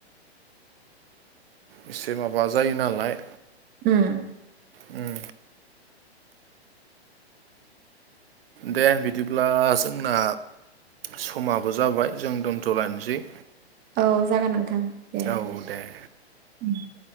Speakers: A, on the right; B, on the right.
A: <inaudible>
B: एसे माबा जायो नालाय।
A: उम
B: उम दे बिदिब्ला जोंना समाबो जाबाय जों दोनथ' लायानोसै।
A: औ जागोन नोंथां दे
B: औ दे
A: उ।